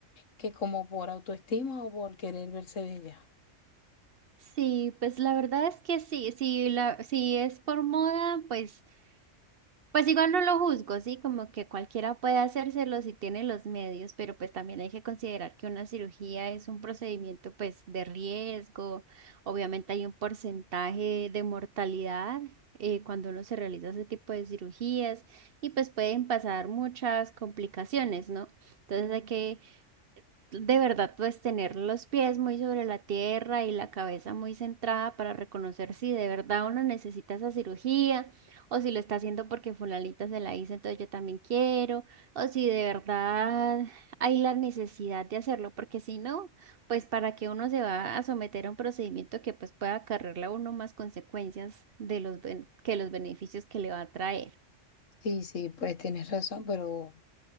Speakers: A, on the left; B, on the right.
A: que como por autoestima o por querer verse bella.
B: Sí, pues la verdad es que sí, si la, si es por moda, pues Pues igual no lo juzgo, sí, como que cualquiera puede hacérselo si tiene los medios, pero pues también hay que considerar que una cirugía es un procedimiento pues de riesgo, obviamente hay un porcentaje de mortalidad eh, cuando uno se realiza ese tipo de cirugías y pues pueden pasar muchas complicaciones, ¿no? Entonces hay que de verdad, pues tener los pies muy sobre la tierra y la cabeza muy centrada para reconocer si de verdad uno necesita esa cirugía o si lo está haciendo porque fulanita se la hizo, entonces yo también quiero, o si de verdad hay la necesidad de hacerlo, porque si no, pues para que uno se va a someter a un procedimiento que pues pueda acarrearle a uno más consecuencias de los ben- que los beneficios que le va a traer.
A: Sí, sí, pues tienes razón, pero...